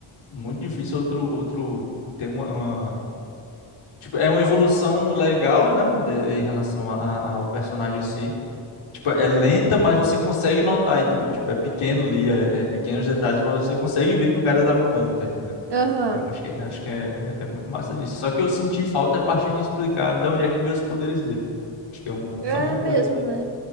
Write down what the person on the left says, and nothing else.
muito difícil outro, outro ter uma, uma- Tipo, é uma evolução legal, né? de- em relação a, a- ao personagem em si. Tipo, é lenta, mas você consegue notar, entendeu? Tipo, é pequeno ali, é, é pequenos detalhes, mas você consegue ver que o cara tá mudando, tá entendendo?
Eu acho que, acho que é, é muito massa nisso. Só que eu senti falta a partir de explicar de onde é que veio os poderes dele. Acho que é um,
só uma
coisa que.